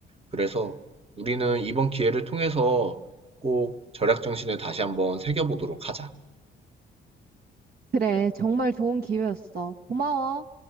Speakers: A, on the right; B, on the right.
A: 그래서 우리는 이번 기회를 통해서 꼭 절약 정신을 다시 한번 새겨보도록 하자.
B: 그래, 정말 좋은 기회였어. 고마워.